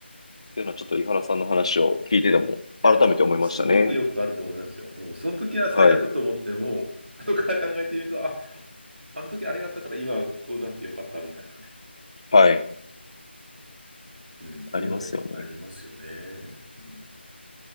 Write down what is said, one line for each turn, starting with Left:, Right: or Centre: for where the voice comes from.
Left: ていうのはちょっと井原さんの話を聞いてても、
Right: うん。いや、
Left: 改めて思いましたね。
Right: よ、すごくよくあると思いますよ。うん、その時は最悪と思っても、
Left: はい、
Right: <laughs> 後から考えてみると、あ、あの時あれがあったから今こうなって良かったみたいなね。
Left: はい、
Right: うん、っていうのありますよね。
Left: ありますよね。
Right: うん。